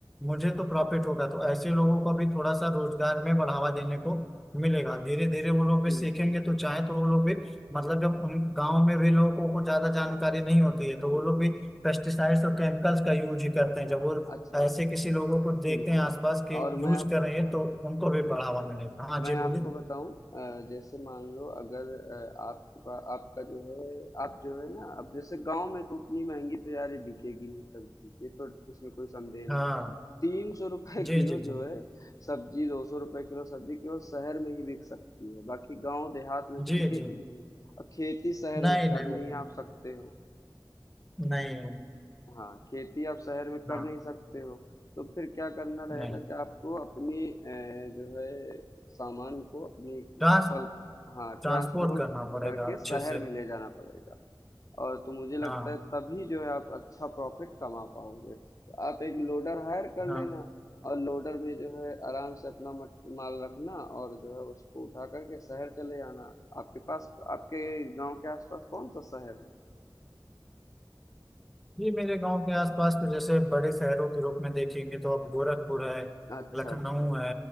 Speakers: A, in the centre; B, on the left.
A: मुझे तो प्रॉफिट होगा तो ऐसे लोगों को भी थोड़ा सा रोजगार में बढ़ावा देने को मिलेगा धीरे धीरे वो लोग भी
B: बिल्कुल
A: सीखेंगे तो चाहे तो वो लोग भी मतलब जब उन गांव में भी लोगों को ज्यादा जानकारी
B: हाँ
A: नहीं होती है तो वो
B: बिल्कुल
A: लोग भी पेस्टिसाइड्स और केमिकल्स का यूज ही करते हैं
B: हाँ
A: जब वो
B: अच्छा
A: ऐसे किसी लोगों को देखते
B: बिल्कुल
A: हैं आसपास के
B: और
A: यूज
B: मैं आप
A: कर रहे हैं
B: हाँ
A: तो उनको भी बढ़ावा
B: बिल्कुल
A: मिलेगा हाँ जी
B: मैं
A: बोलिए
B: आपको बताऊं अ, जैसे मान लो अगर अ, आपके पास आपका जो है आप जो है ना अब जैसे गांव में तो उतनी महंगी तो यार ये बिकेगी नहीं सब्जी ये तो इसमें कोई संदेह
A: हाँ
B: नहीं तीन सौ रुपए
A: जी
B: किलो
A: जी जी
B: जो है सब्जी दो सौ रुपए किलो सब्जी केवल शहर में ही बिक सकती है बाकी गांव देहात में तो
A: जी
B: बिकेगी
A: जी
B: नहीं और खेती शहर
A: नहीं
B: में कर
A: नहीं वो
B: नहीं
A: तो
B: आप सकते हो
A: नहीं
B: हाँ खेती आप शहर में कर
A: हाँ
B: नहीं सकते हो तो फिर क्या करना
A: नहीं
B: रहेगा कि आपको अपनी अ, जो है सामान को अपनी
A: ट्रांस
B: फसल हाँ
A: ट्रांसपोर्ट
B: ट्रांसपोर्ट
A: करना पड़ेगा
B: करके
A: अच्छे
B: शहर
A: से
B: में ले जाना पड़ेगा और तो मुझे लगता
A: हाँ
B: है तभी जो है आप अच्छा प्रॉफिट कमा पाओगे तो आप एक लोडर हायर कर लेना
A: हाँ
B: और लोडर में जो है आराम से अपना मट- माल रखना और जो है उसको उठा करके शहर चले आना आपके पास आपके गांव के आसपास कौन सा शहर है
A: जी मेरे गांव के आसपास तो जैसे बड़े शहरों के रूप में देखेंगे तो अब गोरखपुर है
B: अच्छा
A: लखनऊ
B: अच्छा
A: है